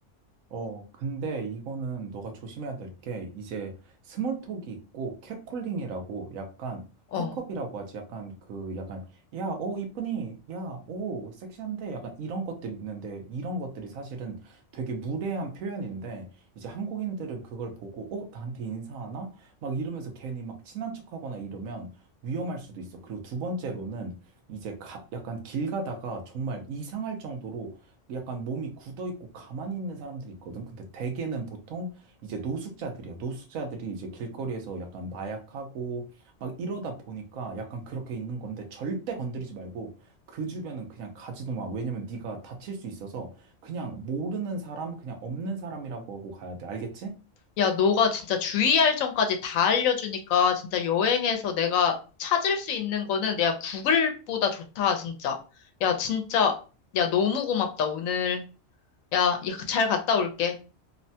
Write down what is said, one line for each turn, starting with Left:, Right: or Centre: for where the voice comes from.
Right: 어, 근데 이거는 너가 조심해야 될 게, 이제 스몰톡이 있고, catcalling이라고 약간,
Left: 어.
Right: 훅업이라고 하지. 약간 그, 약간, 야, 오, 이쁘니? 야, 오, 섹시한데? 약간 이런 것들 있는데, 이런 것들이 사실은 되게 무례한 표현인데, 이제 한국인들은 그걸 보고, 어, 나한테 인사하나? 막 이러면서 괜히 막 친한 척하거나 이러면 위험할 수도 있어. 그리고 두 번째로는, 이제 가- 약간 길 가다가 정말 이상할 정도로 약간 몸이 굳어 있고 가만히 있는 사람들이 있거든. 근데 대개는 보통 이제 노숙자들이야. 노숙자들이 이제 길거리에서 약간 마약하고 막 이러다 보니까 약간 그렇게 있는 건데 절대 건드리지 말고 그 주변은 그냥 가지도 마. 왜냐면 네가 다칠 수 있어서 그냥 모르는 사람, 그냥 없는 사람이라고 하고 가야 돼. 알겠지?
Left: 야, 너가 진짜 주의할 점까지 다 알려주니까 진짜 여행에서 내가 찾을 수 있는 거는 내가 구글보다 좋다, 진짜. 야, 진짜, 야, 너무 고맙다, 오늘. 야, 야, 잘 갔다 올게.